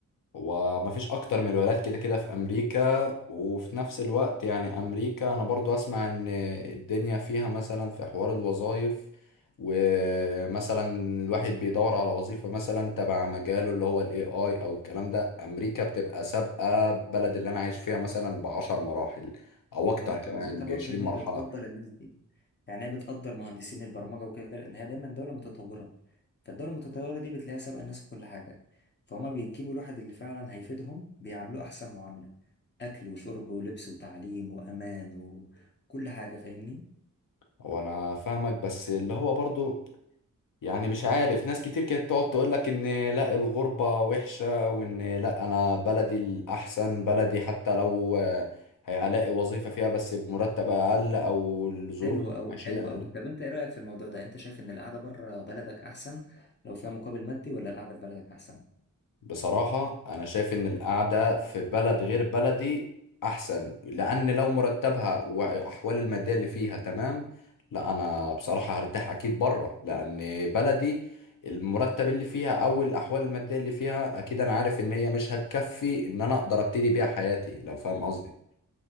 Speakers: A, on the left; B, on the left.
A: ومفيش اكتر من الولايات كده كده في امريكا وفي نفس الوقت يعني امريكا انا برضو اسمع ان الدنيا فيها مثلا في حوار الوظائف ومثلا الواحد بيدور على وظيفة مثلا تبع مجاله اللي هو الاي اي او الكلام ده امريكا بتبقى سابقة بلد اللي انا عايش فيها مثلا بعشر مراحل او
B: بالظبط
A: اكتر كمان
B: وميزتها
A: بعشرين
B: برضو ان
A: مرحلة
B: هي بتقدر الناس دي يعني هي بتقدر مهندسين البرمجه وكده لان هي دايما دوله متطوره فالدوله المتطوره دي بتلاقيها سابقه الناس في كل حاجه فهما بيجيبوا الواحد اللي فعلا هيفيدهم بيعاملوه احسن معامله اكل وشرب ولبس وتعليم وامان وكل حاجه فاهمني
A: هو انا فاهمك بس اللي هو برضو يعني مش عارف ناس كتير كانت تقعد تقول لك ان لا الغربة وحشة وان لا انا بلدي الاحسن بلدي حتى لو آه، هيلاقي وظيفة فيها بس بمرتب اقل او الظروف
B: حلو
A: المعيشية
B: قوي حلو
A: اقل
B: قوي طب انت ايه رايك في الموضوع ده انت شايف ان القعده بره بلدك احسن لو فيها مقابل مادي ولا القعده في بلدك احسن
A: بصراحة أنا شايف إن القعدة في بلد غير بلدي أحسن لأن لو مرتبها وأحوال المادية اللي فيها تمام لا أنا بصراحة هرتاح أكيد بره لأن بلدي المرتب اللي فيها أو الأحوال المادية اللي فيها أكيد أنا عارف إن هي مش هتكفي إن أنا أقدر أبتدي بيها حياتي لو فاهم قصدي